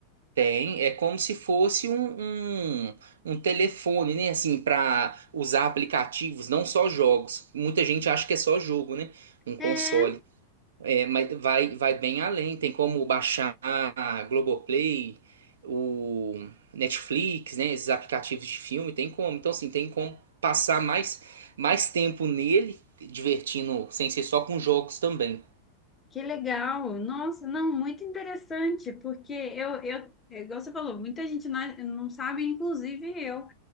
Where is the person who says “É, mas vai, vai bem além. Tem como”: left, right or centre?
Right